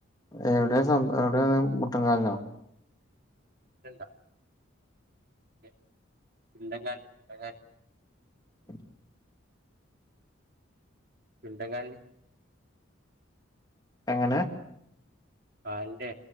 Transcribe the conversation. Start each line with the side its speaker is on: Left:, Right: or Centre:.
Left: എവ്ടെ സംഭ എവ്ടെ യ മുട്ട് കാൽനോ
Right: ല്ല ല്ല ണ്ടകാൽന്
Left: <inaudible>
Right: ണ്ട കാൽന്
Left: എങ്ങനെ
Right: കാൽന്റെ